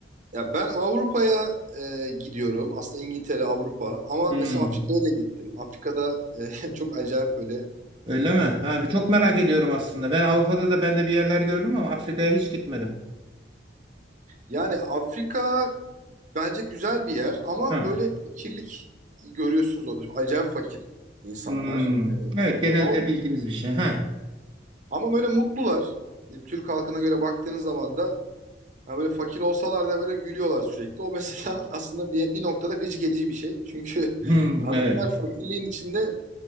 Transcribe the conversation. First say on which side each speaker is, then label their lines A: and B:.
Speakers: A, on the right; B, on the right.
A: Ya ben Avrupa'ya e, gidiyorum. Aslında İngiltere, Avrupa. Ama
B: Hmm.
A: mesela Afrika'ya da gittim. Afrika'da e, <laughs> çok acayip böyle
B: Öyle mi? Ha, çok merak ediyorum aslında. Ben Avrupa'da da ben de bir yerler gördüm ama Afrika'ya hiç gitmedim.
A: Yani Afrika bence güzel bir yer ama
B: Ha.
A: böyle fakirlik görüyorsunuz orada. Acayip fakir insanlar.
B: Hmm. Evet, genelde
A: Ama,
B: bildiğimiz bir şey. Ha.
A: ama böyle mutlular. Bizim Türk halkına göre baktığınız zaman da yani böyle fakir olsalar da böyle gülüyorlar sürekli. O mesela <laughs> aslında bir, bir noktada gıcık edici bir şey. Çünkü
B: Hmm.
A: <laughs> adamlar
B: Evet.
A: fakirliğin içinde